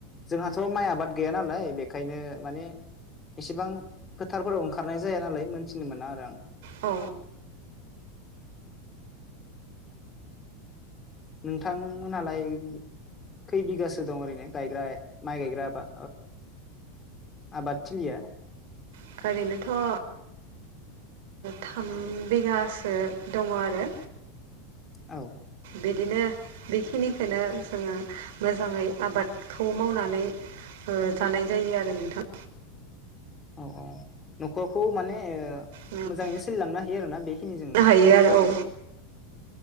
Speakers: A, on the left (about 15°); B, on the right (about 65°).
A: जोंहाथ' माइ आबाद गैया नालाय बेखायनो माने इसेबां फोथारफोराव ओंखारनाय जाया नालाय मोनथिनो मोना आरो आं
B: औ
A: नोंथांमोनालाय खै बिगासो दं ओरैनो गायग्रा माइ गायग्रा बा आबादथिलिया
B: ओरैनोथ' थाम बिगासो दङ आरो
A: औ
B: बिदिनो बेखिनिखौनो जोङो मोजाङै आबादखौ मावनानै जानाय जायो आरो नोंथां
A: औ औ न'खरखौ माने
B: मोननो
A: मोजाङैनो सोलिलांनो हायो आरो ना बेखिनिजोंनो
B: हायो आरो औ